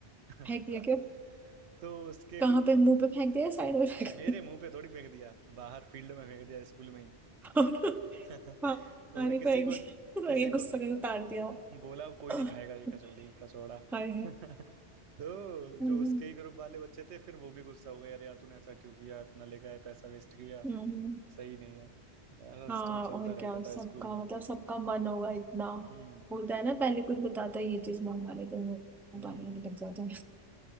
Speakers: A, on the right; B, in the centre.
A: <laughs>
B: फेंक दिया क्या
A: तो उसके
B: कहाँ
A: ग्रुप
B: पे मुंह पे फेंक दिया या साइड में फेंका
A: मेरे मुंह पे थोड़ी फेंक दिया बाहर फील्ड में फेंक दिया स्कूल में ही
B: और
A: <laughs>
B: पानी
A: उसने किसी
B: फेंक दिया
A: को किसी
B: लगे गुस्सा
A: को
B: कर उतार दिया
A: बोला कोई
B: हाय
A: नहीं खाएगा ये कचौड़ी कचौड़ा
B: हाय
A: <laughs> तो
B: हम्म
A: जो उसके ही ग्रुप वाले बच्चे थे फिर वो भी गुस्सा हो गया यार यार तूने ऐसा क्यों किया इतना लेके आया पैसा वेस्ट किया
B: हम्म,
A: सही नहीं है ऐसा
B: हाँ
A: सिस्टम
B: और
A: चलता रहता
B: क्या सबका
A: था स्कूल में
B: मतलब सबका मन होगा इतना
A: हम्म
B: होता है ना पहले कोई बताता है ये चीज मंगा ले तो मुंह
A: हम्म
B: पानी आने लग जाता है